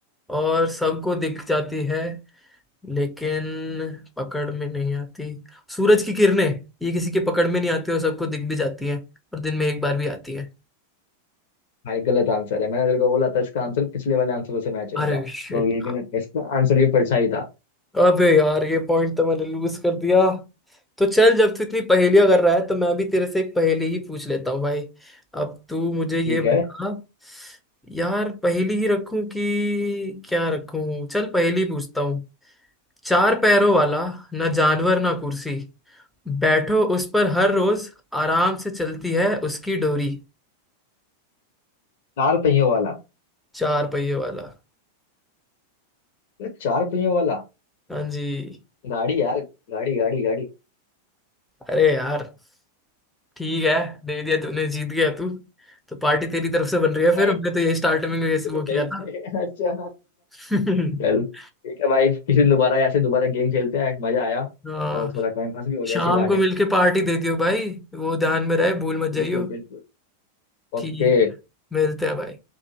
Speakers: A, in the centre; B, on the left.
A: और सबको दिख जाती है लेकिन पकड़ में नहीं आती सूरज की किरणें ये किसी के पकड़ में नहीं आती और सबको दिख भी जाती हैं और दिन में एक बार भी आती है
B: भाई गलत आंसर है मैंने तेरे को बोला था इसका आंसर पिछले वाले आंसरों से मैच होएगा
A: अरे शिट
B: तो ये गलत है इसका आंसर भी परछाई था
A: अबे यार ये पॉइंट तो मैंने लूज कर दिया तो चल जब तू इतनी पहेलियां कर रहा है तो मैं भी तेरे से एक पहेली ही पूछ लेता हूँ भाई अब तू मुझे ये
B: ठीक
A: बता
B: है
A: यार पहेली ही रखूं कि क्या रखूं चल पहेली पूछता हूँ चार पैरों वाला ना जानवर ना कुर्सी बैठो उस पर हर रोज आराम से चलती है उसकी डोरी
B: चार पहियों वाला
A: चार पहियों वाला
B: अरे चार पहियों वाला
A: हाँ जी
B: गाड़ी यार गाड़ी गाड़ी गाड़ी
A: अरे यार ठीक है दे दिया तूने जीत गया तू तो पार्टी तेरी तरफ से
B: ठीक
A: बन रही
B: है
A: है
B: भाई
A: फिर हमने तो यही स्टार्टिंग में वैसे
B: <laughs>
A: वो किया
B: नहीं नहीं,
A: था
B: अच्छा
A: <laughs>
B: चल ठीक है भाई किसी दिन दोबारा ऐसे दोबारा गेम खेलते हैं मजा आया
A: हाँ
B: और थोड़ा टाइम पास भी हो गया
A: शाम
B: इसी बहाने
A: को मिलके पार्टी दे दियो भाई वो ध्यान में रहे भूल मत
B: बिल्कुल
A: जाइयो
B: बिल्कुल
A: ठीक
B: ओके
A: है मिलते हैं भाई